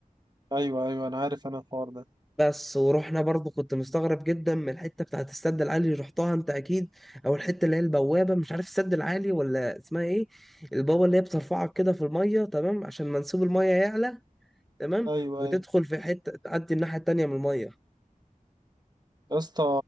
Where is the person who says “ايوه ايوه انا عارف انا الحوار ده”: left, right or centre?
Right